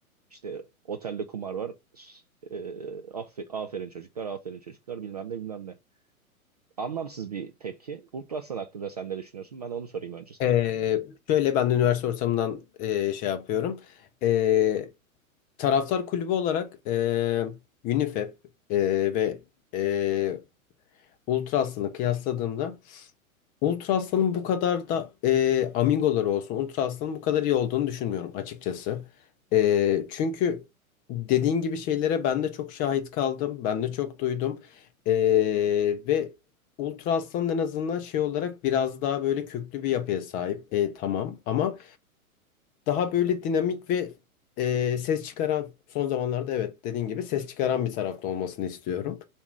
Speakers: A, on the right; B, on the left.
A: İşte otelde kumar var. E, "Afe- aferin çocuklar, aferin çocuklar bilmem ne bilmem ne. Anlamsız bir tepki. Ultrasan hakkında sen ne düşünüyorsun? Ben onu sorayım önce sana.
B: Ee, şöyle ben de üniversite ortamından e, şey yapıyorum. Ee, taraftar kulübü olarak e, UNIFEP e, ve e, Ultra Aslı'nı kıyasladığımda Ultra Aslan'ın bu kadar da e, amigoları olsun. Ultra Aslan'ın bu kadar iyi olduğunu düşünmüyorum açıkçası. E, çünkü dediğin gibi şeylere ben de çok şahit kaldım. Ben de çok duydum. E, ve Ultra Aslan en azından şey olarak biraz daha böyle köklü bir yapıya sahip. E, tamam ama daha böyle dinamik ve e, ses çıkaran son zamanlarda evet dediğin gibi ses çıkaran bir tarafta olmasını istiyorum.